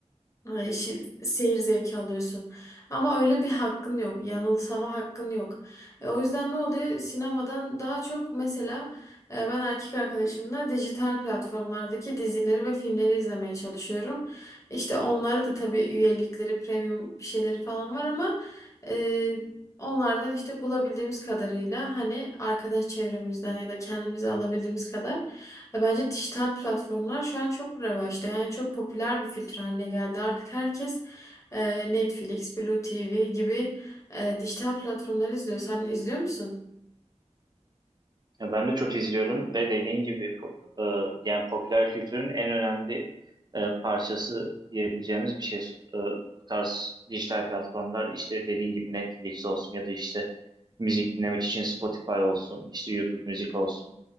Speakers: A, on the left; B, on the right.
A: Ay, şi- seyir zevki alıyorsun. Ama öyle bir hakkın yok. Yanılsama hakkın yok. E, o yüzden ne oluyor? Sinemadan daha çok mesela e, ben erkek arkadaşımla dijital platformlardaki dizileri ve filmleri izlemeye çalışıyorum. İşte onları da tabii üyelikleri, premium bir şeyleri falan var ama e, onlardan işte bulabildiğimiz kadarıyla hani arkadaş çevremizden ya da kendimize alabildiğimiz kadar ya bence dijital platformlar şu an çok revaçta. Yani çok popüler bir filtre haline geldi. Artık herkes e, Netflix, Blue TV gibi e, dijital platformları izliyor. Sen izliyor musun?
B: Ya ben de çok izliyorum ve dediğin gibi po- e, yani popüler kültürün en önemli e, parçası diyebileceğimiz bir şey. E, bu tarz dijital platformlar işte dediğin gibi Netflix olsun ya da işte müzik dinlemek için Spotify olsun, işte YouTube müzik olsun